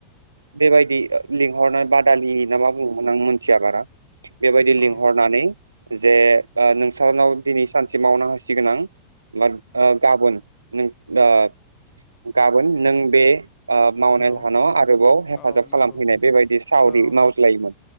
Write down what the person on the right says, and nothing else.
बेबायदि लिंहरनाय बादालि ना मा बुङोमोन आं मिथिया बारा बेबायदि
लिंहरनानै जे ओ नोंस्रानाव दिनै सानसे मावना होसिगोन आं वाद ओ गाबोन नों ओ गाबोन नों बे ओ मावनाय
लाहानाव आरोबाव हेफाजाब
खालामफैनाय बेबायदि सावरि
मावज्लायोमोन